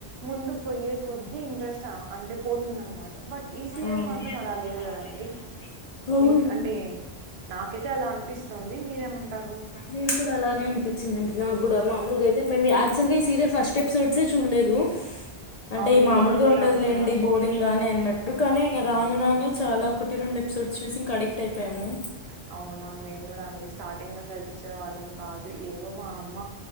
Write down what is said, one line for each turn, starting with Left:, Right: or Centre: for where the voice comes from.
Right: ముందుకుపోయే కొద్ది ఇంట్రెస్ట్ అంటే పోతుంది అనమా బట్ ఈ సీరియల్
Left: అవును
Right: మాత్రం అలా లేదు కదండి
Left: అవును
Right: మీక్ అంటే కయితే అలా అనిపిస్తోంది మీరేమంటారు
Left: నేను కూడా అలాగే అనిపించిందండి నాకు కూడా మామూలుగా అయితే మేము యాక్టువల్గా ఈ సీరియల్ ఫస్ట్ ఎపిసోడ్స్ ఏ చూడలేదు అంటే
Right: అవును
Left: మామూలుగా
Right: మేము కూడా
Left: ఉంటదిలేండి
Right: అండి
Left: బోరింగ్ గానే అన్నట్టు కానీ ఇంగ
Right: అవునవును
Left: రాను రాను చాలా ఒకటి రెండు ఎపి సోడ్స్ చూసి ఇంక అడిక్ట్ అయిపోయాము
Right: <inaudible> అవునండి మేము కూడా అండి స్టార్టింగ్ అసల్ చూసే వాళ్ళం కాదు ఏదో మా అమ్మ